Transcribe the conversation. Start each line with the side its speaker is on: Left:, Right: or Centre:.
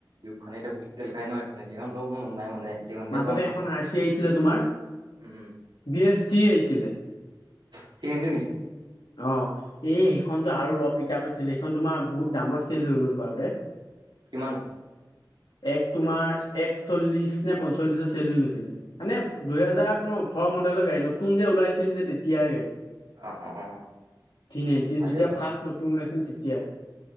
Right: দিউকখনে এতিয়া বহুত তেল খাই ন এখনে। সেখন লব মন
Left: উম
Right: নাই মানে দিখনকে
Left: মাজতে
Right: ল'ম আৰু
Left: এখন আৰ চি আহিছিলে তোমাৰ
Right: উম,
Left: বি এছ থ্ৰি আহিছিলে।
Right: থ্ৰি হান্ড্ৰেত নেকি?
Left: অ এই সেইখন যে আৰু ৰ পিক আপ আছিলে, সেইখন তোমাৰ বহুত দামত চেল হৈ গ'ল বাৰু দে,
Right: কিমানত?
Left: এক তোমাৰ এক চল্লিশ নে পঞ্চল্লিশৰ চেল হৈ গৈছিলে। মানে দুহেজাৰ তোমাৰ ওঠৰ মদেলৰ গাড়ী নতুন যে ওলাইছিল যে তেতিয়াই গাড়ী।
Right: অ অ অ
Left: <unintelligible> যেতিয়া
Right: ভালেই
Left: ফাৰ্ষ্ট নতুন ওলাইছিল তেতিয়াই।